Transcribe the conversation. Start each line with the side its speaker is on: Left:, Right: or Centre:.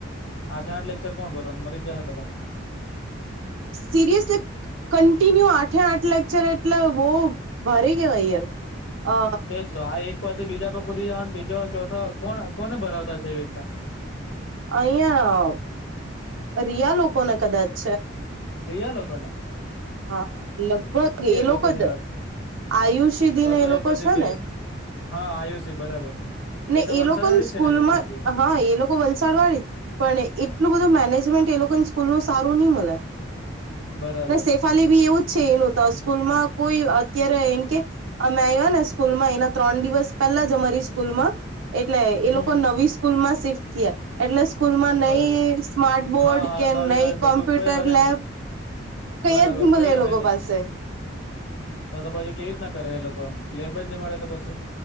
Left: આઠે આઠ લેક્ચર કોણ ભરને મરી જાહે બધા,
Right: સીરયસ લીક કન્ટિન્યુ આઠે આઠ લેક્ચર એટલે બહુ ભારી કેવાય યાર અ
Left: તેજ તો આ એકવાથી બીજા કુદી જવા ત્રીજો ચોથો કોણ કોને ભરાવતા છે એવી રીતના
Right: અહીંયા રિયા લોકો ને કદાચ
Left: રિયા લોકો ને
Right: હા, લગભગ એ લોકો
Left: લોકોની
Right: જ
Left: વાત
Right: આયુષ્યધિને
Left: તો તો
Right: એ લોકો
Left: બધી
Right: છે
Left: ગઈ
Right: ને
Left: હા આયુષી બરાબર તે
Right: ને
Left: તો
Right: એ
Left: વલસાડ
Right: લોકોને
Left: વાડે જ
Right: સ્કૂલમાં
Left: છે, ને એ લોકો બધી.
Right: હા એ લોકો વલસાડ વાળી જ પણ એટલું બધું મેનેજ, તે લોકો ને સ્કૂલ નું સારું ન મળે
Left: બરાબર
Right: ને સેફ ખાલી બી એવું જ છે, એનું તો સ્કૂલમાં કોઈ અત્યારે એમ કે. અમે આવ્યા ને સ્કૂલમાં એના ત્રણ દિવસ પહેલા જ અમારી સ્કૂલમાં, એટલે એ
Left: હમ
Right: લોકો
Left: હમ
Right: નવી સ્કૂલમાં શિફ્ટ થયા એટલે સ્કૂલમાં નઈ
Left: બરાબર
Right: સ્માર્ટ બોર્ડ
Left: હા હા
Right: કે
Left: નવી
Right: નઈ
Left: નવી બધું
Right: કોમ્પ્યુટર
Left: કયો હે,
Right: લેબ
Left: ને
Right: કઈ
Left: બરાબર
Right: જ મળે
Left: કયો
Right: એ લોકો
Left: હે ને
Right: પાસે
Left: તો તો પછી કેવી રીતના કરે એ લોકો લેબ જ નહીં મળે તો પછી